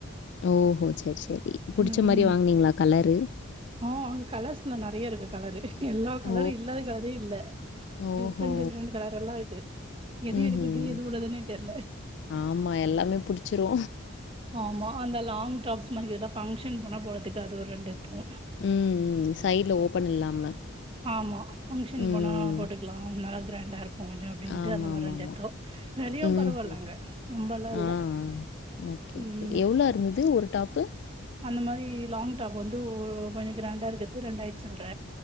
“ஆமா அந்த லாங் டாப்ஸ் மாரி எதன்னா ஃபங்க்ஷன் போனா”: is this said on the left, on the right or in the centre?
Right